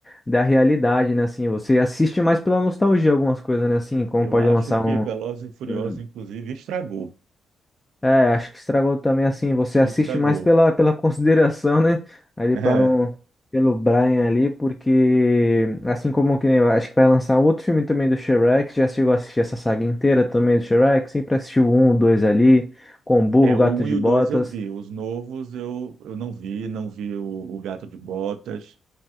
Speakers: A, on the left; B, on the right.
A: da realidade, né? Assim, você assiste mais pela nostalgia algumas coisas, né? Assim, como
B: eu
A: pode
B: acho
A: lançar
B: que
A: um.
B: Velozes e Furiosos,
A: Hum.
B: inclusive, estragou.
A: É, acho que estragou também assim,
B: Acho
A: você assiste
B: que estragou.
A: mais pela, pela consideração, né? Ali
B: É,
A: para não. Pelo Brian ali, porque assim como que nem eu acho que vai lançar outro filme também do Shrek, já chegou a assistir essa saga inteira também do Shrek, sempre assistiu o um, o dois ali, com o burro,
B: é, o
A: gato
B: 1
A: de
B: e o
A: botas.
B: 2 eu vi. Os novos eu, eu não vi. Não vi o, o Gato de Botas.